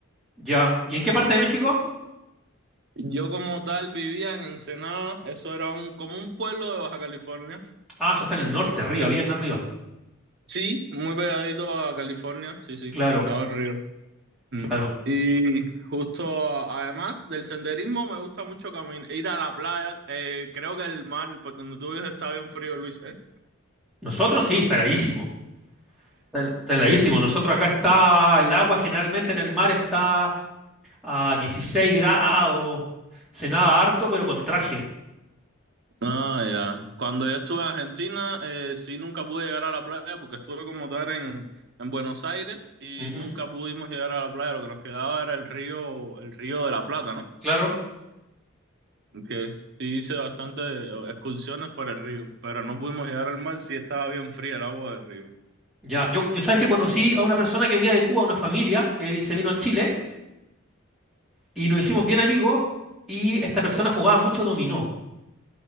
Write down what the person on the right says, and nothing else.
Yo como tal vivía en Ensenada, eso era un, como un pueblo de Baja California.
Sí, muy pegadito a California, sí, sí,
estaba el río. Mm.
Y justo a- además del senderismo me gusta mucho caminar, ir a la playa. Eh, creo que el mar por donde tú vives está bien frío, Luis, ¿eh?
Ah, ya. Cuando yo estuve en Argentina, eh, sí nunca pude llegar a la playa porque estuve como tal en, en Buenos Aires y
nunca pudimos llegar a la playa. Lo que nos quedaba era el río, el río de la Plata, ¿no?
Que sí hice bastante eh, excursiones por el río, pero no pudimos llegar al mar, sí estaba bien fría el agua del río.